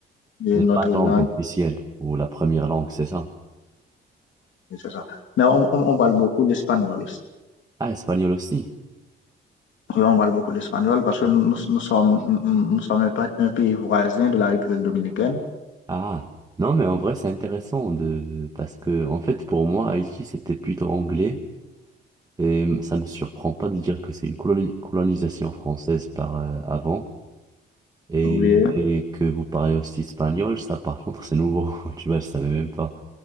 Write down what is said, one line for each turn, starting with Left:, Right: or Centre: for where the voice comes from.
Left: est
Right: N'est
Left: notre
Right: pas la langue
Left: langue,
Right: officielle, ou la première langue, c'est ça.
Left: et c'est ça. Mais on, on on parle beaucoup l'espagnol
Right: Ah, espagnol aussi.
Left: Oui, on parle beaucoup l'espagnol parce que nous, nous sommes, nous nous sommes un, pa- un pays voisin de la République dominicaine.
Right: Ah, non, mais en vrai, c'est intéressant de, parce que, en fait, pour moi, Haïti, c'était plutôt anglais et ça me surprend pas de dire que c'est une coloni- colonisation française par euh, avant et,
Left: Oui.
Right: et que vous parlez aussi espagnol. Ça, par contre, c'est nouveau. <laughs> Tu vois, je savais même pas.